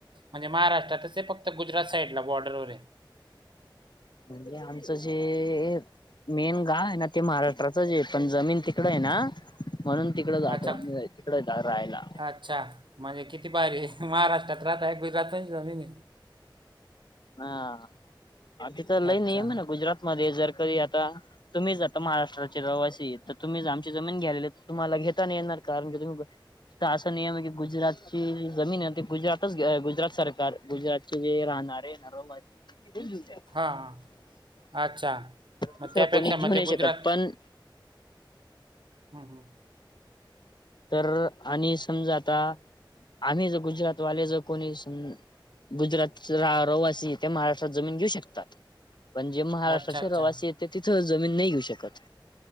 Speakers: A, on the right (about 70°); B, on the left (about 60°).
A: आणि महाराष्ट्रातच फक्त गुजरात साइडला बॉर्डरवर आहे.
B: म्हणजे आमचं जे मेन गाव आहे ना ते महाराष्ट्राच आहे पण जमीन तिकडे आहे ना. म्हणून तिकडं जातो
A: अच्छा,
B: आम्ही तिकडं राहायला.
A: अच्छा. म्हणजे किती? भारीय महाराष्ट्रात राहतय गुजरात पण जमीन.
B: हा आणि तिथं लय
A: अच्छा.
B: नियम आहे गुजरात मध्ये जर कधी आता- तुम्हीच आता महाराष्ट्र चे रहिवासी आहेत तर आमची जमीन घ्यायला तुम्हाला घेता नाही येणार कारण की तुम्ही- तिथं असा नियम आहे की गुजरातचीी जमीन आहे ते गुजरातच गुजरात सरकार गुजरातचे जे राहणारे- <unintelligible>
A: हां अच्छा मग
B: दुसरं
A: त्यापेक्षा
B: कोणी घेऊ
A: म
B: नाही
A: ते
B: शकत
A: गुजरात-
B: पण
A: हम् हम
B: तर आणि समजा आता आम्ही जर गुजरातवाले जर कोणी स- गुजरातच -रहवासी ते महाराष्ट्रात जमीन घेऊ शकतात. पण जे महाराष्ट्राचे
A: अच्छा, अच्छा.
B: रहिवासी आहे ते तिथं जमीन नाही घेऊ शकत.